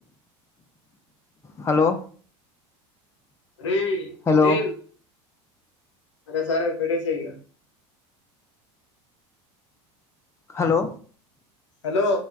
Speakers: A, on the left; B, on the left.
A: హలో
B: రే
A: హలో
B: అనిల్ సరే సరే పెట్టేసేయ్ ఇగ
A: హలో
B: హలో